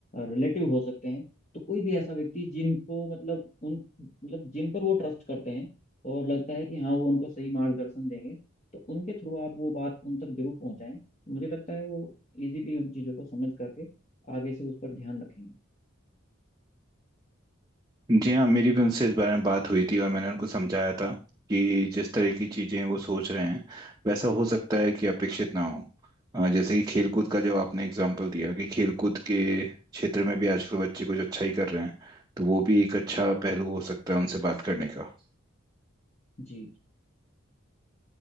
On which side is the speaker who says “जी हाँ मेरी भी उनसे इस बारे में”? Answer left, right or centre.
Right